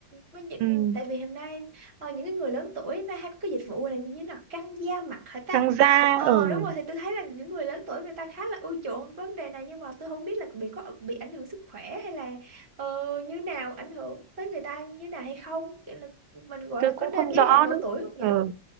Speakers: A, on the right; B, on the right.
A: với những
B: Ừ. Ừ.
A: tại vì hôm nay ờ, những cái người lớn tuổi hôm nay hay có cái dịch vụ gọi là như thế nào căng da mặt hả ta
B: căng da
A: ờ
B: ở ừ.
A: đúng rồi thì tôi thấy là những người lớn tuổi người ta khá là ưa chuộng vấn đề này nhưng mà tôi không biết là bị có bị ảnh hưởng sức khỏe hay là ờ, như nào ảnh hưởng tới người ta như nào hay không Nghĩa là mình gọi
B: tôi
A: là
B: cũng
A: có nên
B: không
A: giới
B: rõ
A: hạn độ
B: nữa
A: tuổi không
B: ừ.
A: nhỉ